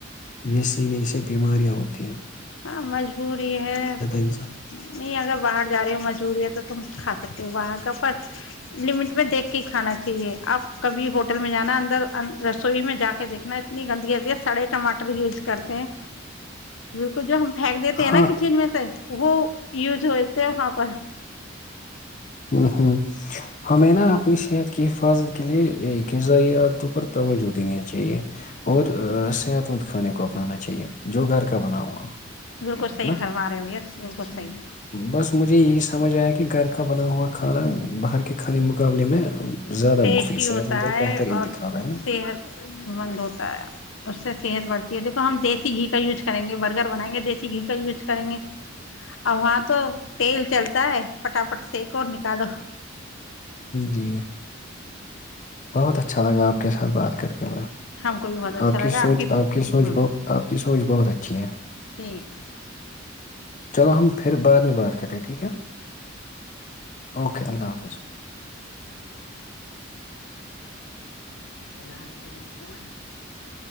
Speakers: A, on the left (about 40°); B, on the left (about 80°).
A: یہی س نی اس بیماریا آت ت <inaudible>
B: ہاں مجبوری ہے
A: انسان
B: نہیں اگر باہر جا رہے ہو مجبوری ہے تو تم کھا سکتے ہو باہر کا پر لمٹ میں دیکھ کے ہی کھانا چاہیے آپ کبھی ہوٹل میں جانا اندر رسوئی میں جا کے دیکھنا اتنی گندگی ہے سڑے ٹماٹر یوز کرتے ہیں کو جو ہم پھینک دیتے ہیں نا
A: ہاں
B: کچن میں سے وہ یوز ہوئے تھے وہاں پر
A: ہ ہوں ہمیں نا اپنی صحت کی حفاظت کے لیے غذائیت پر توجہ دینی چاہیے اور صحت مند کھانے کو اپنانا چاہیے جو گھر کا بنا ہوا
B: بالکل صحی
A: ہے نا
B: فرما رہے ہو یس بالکل صحی
A: بس مجھے یہی سمجھ آیا کہ گھر کاب بنا ہوا کھانہ بہر کے خانے مقابلے میں زیادہ
B: ٹیسٹی
A: مفید صحت
B: ہوتا
A: مند اور
B: ہے
A: بہتر انتخاب
B: اور
A: ہے نا
B: صحت مند ہوتا ہے اس سے صحت بڑھتی ہے دیکھو ہم دیکھ دیسی گھی کا یوز کریں گے برگر بنائیں گے دیسی گھی کا یوز کریں گے اور وہاں تو تیل چلتا ہے پٹاپٹ سیک اور نکالو
A: جی بہت اچھا لگا آپ کے ساتھ بات کریں
B: ہم کو بھی بہت
A: آپ
B: اچھا
A: کی
B: لگا
A: سوچ آپ کی سوچ
B: ہاں
A: ب آپ کی سوچ بہت اچھی ہے
B: ٹھیک
A: چلو ہم پھر بعد میں بات کر رہے ہیں ٹھیک ہے اوکے اللہ حافظ
B: س